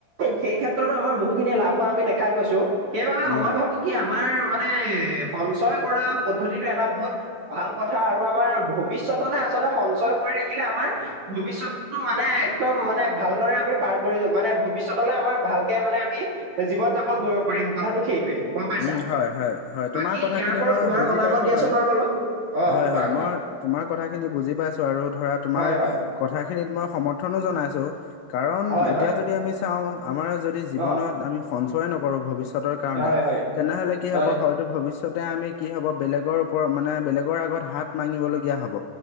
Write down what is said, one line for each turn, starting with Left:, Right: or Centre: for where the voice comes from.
Right: সেই ক্ষেত্ৰতো আমাৰ বহুখিনি লাভ হোৱা আমি দেখাই গৈছো। সেইবাবে
Left: উম
Right: মই ভাবো কি আমাৰ মানে সঞ্চয় কৰা পদ্ধতিটো এটা বহুত ভাল কথা আৰু আমাৰ ভৱিষ্যতলে আচলতে সঞ্চয় কৰি ৰাখিলে আমাৰ ভৱিষ্যততো মানে, একদম মানে ভালদৰে আমি পাৰ কৰি যাম মানে ভৱিষ্যতলে আমাৰ ভালকে মানে আমি জীৱন-যাপন কৰিব পাৰিম, কথাটো সেইটোৱে। গম পাইছা
Left: উম' হয়-হয়-হয়,
Right: বাকী
Left: তোমাৰ কথাখিনি
Right: ইয়াৰ ওপৰত
Left: মই
Right: তোমাৰ
Left: বুজি
Right: মতামত
Left: পাইছো
Right: দিয়াচোন
Left: বাৰু।
Right: অলপ অ
Left: হয়-হয়,
Right: অ কোৱা কোৱা
Left: মই তোমাৰ কথাখিনি বুজি পাইছো, আৰু ধৰা তোমাৰ
Right: হয় হয়
Left: কথাখিনিত মই সমৰ্থনো জনাইছো। কাৰণ
Right: হয়
Left: এতিয়া
Right: হয়
Left: যদি আমি চাওঁ আমাৰ যদি জীৱনত
Right: অ
Left: আমি সঞ্চয় নকৰো ভৱিষ্যত সিহঁতৰ কাৰণে,
Right: হয় হয়
Left: তেনেহলে কি হ'ব
Right: হয়
Left: হয়তো ভৱিষ্যত ভৱিষ্যতে আমি কি হ'ব, বেলেগৰ ওপৰত মানে বেলেগৰ আগত হাত মাগিব লগীয়া হ'ব।